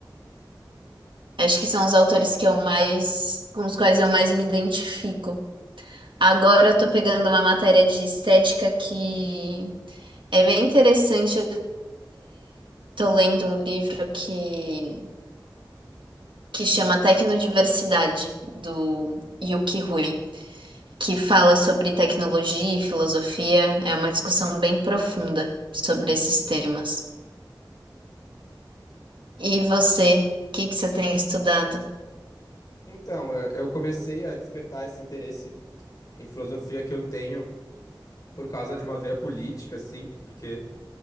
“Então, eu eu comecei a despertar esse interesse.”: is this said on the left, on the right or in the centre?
Left